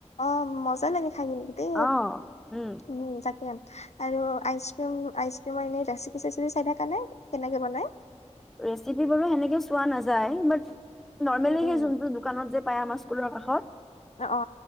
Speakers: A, on the left; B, in the centre.
A: অ মজা লাগে থাকিদে
B: অ উম
A: উ জাকিয়াল আৰু আইছক্ৰিম আইছক্ৰিম এনেই ৰেচিপি চেচিপি ডাই থাকানে কেনেকৈ বনায়
B: ৰেচিপি বাৰু সেনেকে চোৱা নাযায় বাট নৰ্মেলি
A: উম উম
B: হে যোনটো দোকানত যে পায় আমা কুলৰ কাষত
A: অ অ